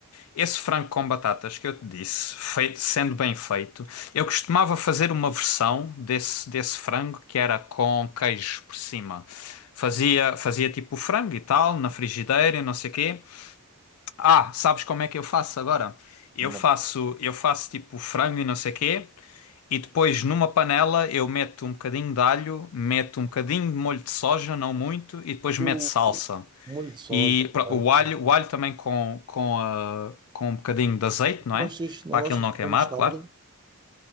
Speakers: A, on the left (about 80°); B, on the right (about 20°).
A: esse frango com batatas que eu te disse, feito- sendo bem feito, eu costumava fazer uma versão desse, desse frango que era com queijo por cima. Fazia, fazia tipo o frango e tal, na frigideira e não sei o quê, ah, sabes como é que eu faço agora? Eu
B: Uma
A: faço, eu faço tipo frango e não sei quê, e depois numa panela eu meto um bocadinho de alho, meto um bocadinho de molho de soja, não muito, e depois
B: O
A: meto salsa.
B: molho de soja,
A: E pro-
B: ok.
A: o alho, o alho também com, com, ah, com um bocadinho de azeite,
B: Não
A: não
B: gostas,
A: é?
B: não
A: Para
B: gostas
A: aquilo não
B: de
A: queimar,
B: pôr mostarda?
A: claro.